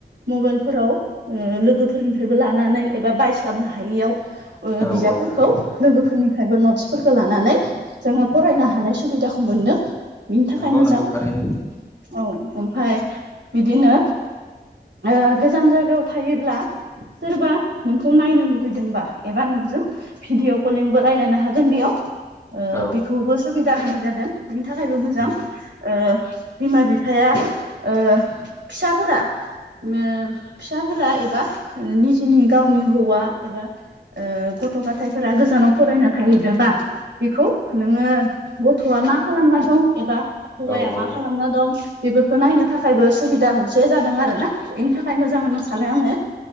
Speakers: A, on the right (about 75°); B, on the left (about 15°).
A: मबाइलफोराव ओ लोगोफोरनिफ्रायबो लानानै एबा बायस्लाबनो हायैयाव ओ
B: औ
A: बिजाबफोरखौ
B: औ
A: लोगोफोरनिफ्रायबो नटसफोरखौ लानानै जोङो फरायनो हानाय सुबिदाखौ मोनदों बिनि थाखाय
B: नंगौ
A: मोजां।
B: नंगौ थारैनो
A: औ ओमफाय बिदिनो ओ गोजान जायगायाव थायोब्ला सोरबा नोंखौ नायनो लुगैदोंबा एबा नोंजों भिडिअ कलिंबो रायलायनो हागोन बेयाव। ओ
B: औ
A: बेखौबो सुबिदा होनाय जादों बिनि थाखायबो मोजां।
B: उम
A: ओ बिमा बिफाया ओ फिसाफोरा मो फिसाफोरा एबा निजेनि गावनि हौवा एबा ओ गथ' गथायफोरा गोजानाव फरायनो थाहैदोबा बेखौ नोङो गथ'आ मा खालामना दं एबा हौवाया
B: औ
A: मा
B: औ
A: खालामना दं बेफोरखौ नायनो थाखायबो सुबिदा मोनसे जादों आरोना बेनि थाख खाय मोजां होनना सानो आङो